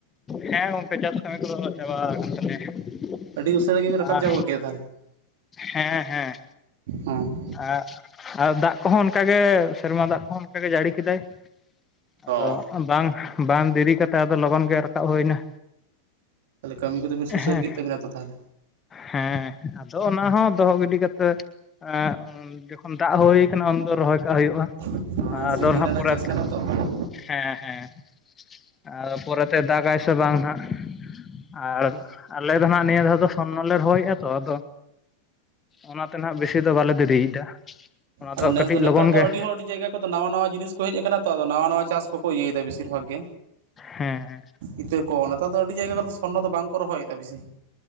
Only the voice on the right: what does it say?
ᱟᱹᱰᱤ ᱩᱥᱟᱹᱨᱟ ᱜᱮᱵᱤᱱ ᱨᱟᱠᱟᱵ
ᱪᱟᱵᱟ ᱜᱚᱫ ᱠᱮᱫᱟ ᱛᱟᱦᱚᱞᱮ
ᱦᱚᱸ
ᱚ ᱛᱟᱦᱚᱞᱮ
ᱛᱟᱦᱚᱞᱮ ᱠᱟᱹᱢᱤ ᱠᱚᱫᱚ ᱵᱤᱱ ᱥᱩᱥᱟᱹᱨ
ᱠᱮᱫ ᱛᱟᱵᱤᱱᱟ ᱛᱚ ᱛᱟᱦᱚᱞᱮ?
ᱛᱟᱦᱚᱞᱮ
ᱥᱤᱡᱤᱱ
ᱨᱮᱱᱟᱜ
ᱪᱟᱥ ᱠᱟᱱᱟ ᱛᱚ ᱦᱮᱸ
ᱦᱮᱸ
ᱟᱫᱚ ᱱᱮᱥ
ᱫᱚ ᱱᱮᱛᱟᱨ
ᱫᱚ
ᱟᱹᱰᱤ ᱦᱚᱲ ᱟᱹᱰᱤ ᱡᱟᱭᱜᱟ ᱠᱚᱫᱚ ᱱᱟᱣᱟ ᱱᱟᱣᱟ ᱡᱤᱱᱤᱥ ᱠᱚ ᱦᱮᱡ ᱟᱠᱟᱱᱟ ᱛᱚ, ᱟᱫᱚ ᱱᱟᱣᱟ ᱱᱟᱣᱟ ᱪᱟᱹᱥ ᱠᱚᱠᱚ ᱤᱭᱟᱹᱭᱮᱫᱟ ᱵᱮᱥᱤ ᱥᱤᱨ ᱵᱷᱟᱜᱽ ᱜᱮ,
ᱤᱛᱟᱹ ᱠᱚ ᱱᱮᱛᱟᱨ ᱫᱚ ᱟᱹᱰᱤ ᱡᱟᱭᱜᱟ ᱠᱚᱨᱫᱚ ᱥᱚᱨᱱᱚ ᱫᱚ ᱵᱟᱝ ᱠᱚ ᱨᱚᱦᱚᱭᱮᱫᱼᱟ ᱵᱮᱥᱤ᱾